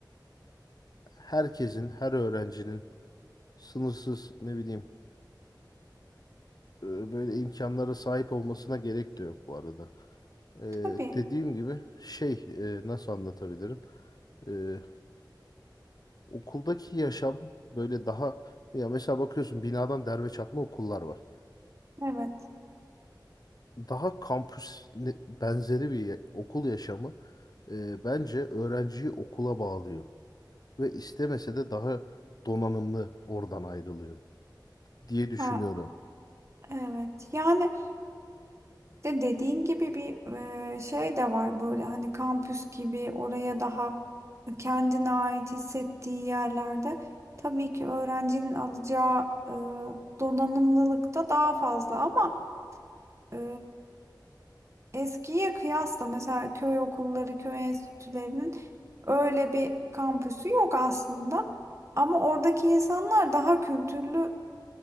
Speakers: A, on the left; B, on the right.
A: herkesin, her öğrencinin sınırsız ne bileyim e, böyle imkanlara sahip olmasına gerek de yok bu arada. E,
B: Tabii,
A: dediğim gibi şey e, nasıl anlatabilirim? E, okuldaki yaşam böyle daha ya mesela bakıyorsun binadan derme çatma okullar var.
B: evet.
A: daha kampüs ne- benzeri bir ye- okul yaşamı e, bence öğrenciyi okula bağlıyor ve istemese de daha donanımlı oradan ayrılıyor diye düşünüyorum.
B: Ha, evet. Yani de dediğin gibi bir e, şey de var böyle hani kampüs gibi oraya daha kendine ait hissettiği yerlerde tabii ki öğrencinin alacağı e, donanımlılık da daha fazla ama e, Eskiye kıyasla mesela köy okulları, köy enstitülerinin öyle bir kampüsü yok aslında. Ama oradaki insanlar daha kültürlü